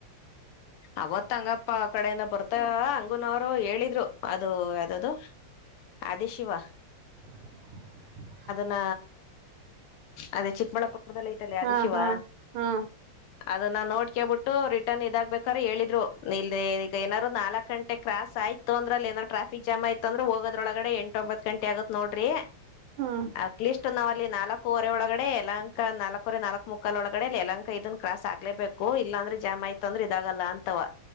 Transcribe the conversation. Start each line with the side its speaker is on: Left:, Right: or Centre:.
Left: ಅವತ್ ಹಂಗಪ್ಪ ಆ ಕಡೆಯಿಂದ ಬರ್ತಂಗ. ಗುನವರು ಹೇಳಿದ್ರು ಅದು ಯ್ದ್ದು ಆದಿ ಶಿವ.
Right: ಹಾ.
Left: ನ ಅದೇ ಚಿಕ್ಕಬಳ್ಳಾಪುರ. ಮೊದಲ ಐತಲ ಅದ
Right: ಹಾ
Left: ಶಿವ.
Right: ಹಾ ಹಾ
Left: ಅದನ್ನ ನೋಡ್ಕೇಬಿಟ್ಟು ರಿಟರ್ನ್ ಇದಾಗ್ಬೇಕಾರ ಹೇಳಿದ್ರು ಇ ಈಗ ಏನಾದ್ರು ನಾಲ್ಕ್ ಗಂಟೆ ಕ್ರಾಸ್ ಆಯ್ತು. ಇತ್ತ ಅಂದ್ರ ಅ ಏನ ್ರಫಿಕ್ಾಮ್ ಆಯತ ಅಂದ್ರ ಹೋಗದೊಳಡೆ ಎಂಟ ಒಂಬತ್ ಗಂಟೆ ಆಗತ್ ನೋ್ರಿ.
Right: ಹ್ಮ್
Left: ಅಟ್ಲಿಸ್ಟ್ನಾವು. ಅಲ್ಲಿ ನಾಲ್ಕುವರೆ ಒಳಗಡೆ ಎಲಾಂಕ ನಾಲ್ಕವರೆ ನಾಲ್ಕಕ್ ಮುಕ್ಕಾಲ್ ಒಳಗಡೆ ಅಲ್ಲಿ ಎಲಾಂಕ ಇದನ್ ಕ್ರಾಸ್ ಆಗ್ಲೇಬೇಕು ಇಲ್ಲ. ಅಂದ್ರೆ ಜಾಮ ಆಯ್ತು ಅಂದ್ರೆ ಇದಾಗಲ್ಲ ಅಂತವ